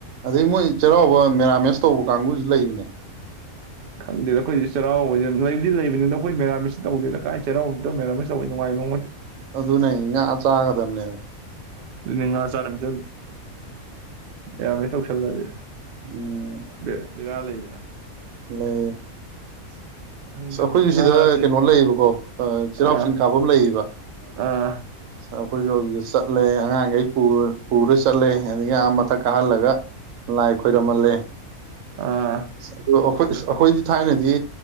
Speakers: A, on the right (about 70°); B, on the right (about 80°).
A: ꯑꯗꯩ ꯃꯣꯏ ꯆꯩꯔꯥꯎꯕ ꯃꯦꯔꯥꯃꯦꯁ ꯇꯧꯕ ꯀꯥꯡꯕꯨꯁꯨ ꯂꯩꯕꯅꯦ꯫
B: ꯈꯪꯗꯦꯗ ꯑꯩꯈꯣꯏꯁꯦ ꯆꯩꯔꯥꯎꯕ ꯂꯩꯕꯗꯤ ꯌꯥꯝ ꯂꯩꯕꯅꯤꯗꯣ ꯑꯩꯈꯣꯏ ꯃꯦꯔꯥꯃꯤꯁ ꯇꯧꯗꯦꯗ ꯀꯥꯏ ꯆꯩꯔꯥꯎꯕꯗ ꯃꯦꯔꯥꯃꯤꯁ ꯇꯧꯕꯩ ꯅꯨꯡꯉꯥꯏꯕ ꯑꯃ ꯅꯠꯇꯦ
A: ꯑꯗꯨꯅꯦ ꯉꯥ ꯆꯥꯒ ꯗꯝꯅꯦ꯫
B: ꯑꯗꯨꯅꯦ ꯉꯥ ꯆꯥꯗꯕꯤꯗ ꯃꯤꯔꯥꯃꯦꯁ ꯇꯧꯁꯜꯂꯗꯤ꯫
A: ꯎꯝ꯫
B: ꯕꯦ ꯕꯦꯔꯥ ꯂꯩꯗꯅ꯫
A: <unintelligible>
B: <inaudible>
A: ꯑꯈꯣꯏꯁꯨ
B: ꯉꯥꯁꯦ
A: ꯁꯤꯗ ꯀꯩꯅꯣ ꯂꯩꯌꯦꯕꯀꯣ ꯑ-ꯆꯩꯔꯥꯎ
B: ꯑꯥ
A: ꯆꯤꯡ ꯀꯥꯐꯝ ꯂꯩꯌꯦꯕ
B: ꯑꯥ
A: ꯑꯈꯣꯏꯗꯣ ꯑꯗꯨꯗ ꯆꯠꯂꯦ ꯑꯉꯥꯡꯈꯩ ꯄꯨꯔ ꯆꯠꯂꯦ ꯑꯗꯒꯤ ꯑꯥ ꯃꯊꯛ ꯀꯥꯍꯜꯂꯒ ꯂꯥꯏ ꯈꯣꯏꯔꯝꯍꯜꯂꯦ꯫
B: ꯑꯥ꯫
A: ꯑꯗꯨ ꯑꯩꯈꯣꯏ ꯑꯩꯈꯣꯏꯗꯤ ꯊꯥꯏꯅꯗꯤ꯫